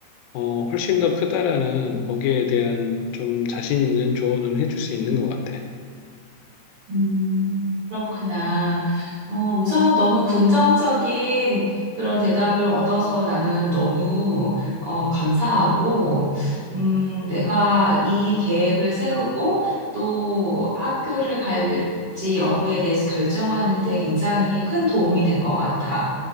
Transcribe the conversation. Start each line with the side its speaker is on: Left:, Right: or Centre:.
Left: 어, 훨씬 더 크다라는 거기에 대한 좀 자신 있는 조언은 해줄 수 있는 것 같아.
Right: 음, 그렇구나. 어, 우선 너무 긍정적인 그런 대답을 얻어서 나는 너무 어, 감사하고, 음, 내가
Left: 음,
Right: 이 계획을 세우고 또 학교를 갈지 여부에 대해서 결정하는 데 굉장히 큰 도움이 된 것 같아.